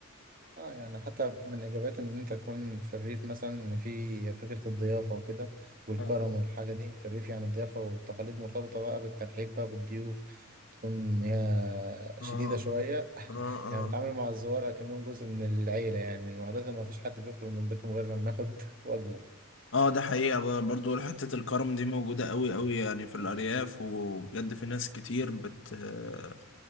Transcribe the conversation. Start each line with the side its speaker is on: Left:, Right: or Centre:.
Right: اه يعني حتى من إجابات إن أنت تكون في الريف مثلا إن في فكرة الضيافة وكده والكرم
Left: اه
Right: والحاجة دي في الريف يعني الضيافة والتقاليد مرتبطة بقى بالترحيب بقى بالضيوف تكون هي
Left: اه
Right: شديدة شوية <laughs>
Left: آه. آه.
Right: يعني بتعامل مع الزوار كأنهم جزء من العيلة يعني وعادة ما فيش حد بيخرج من بيتهم غير لما ياخد <laughs> واجبه
Left: اه ده حقيقة ب- برضو حتة الكرم دي موجودة قوي قوي يعني في الأرياف وبجد في ناس كتير بت آه،